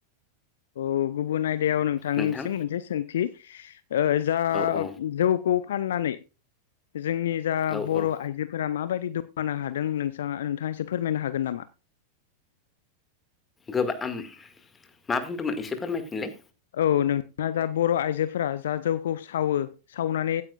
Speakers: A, on the left; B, on the left.
A: औ गुबुन आय याव नोंथांनिसिम
B: नोंथां
A: मोनसे सोंथि ओ जा
B: औ औ
A: जौ खौ फाननानै जोंनि जा
B: औ
A: बर'
B: औ
A: आइजोफोरा माबायदि दुपपानो हादों नोंसांआ नोंथाङा एसे फोरमायनो हागोन नामा?
B: गोबा आं मा बुंदोंमोन एसे फोरमायफिनलाय।
A: औ नोंथाङा जा बर' आइजोफोरा जा जौखौ सावो सावनानै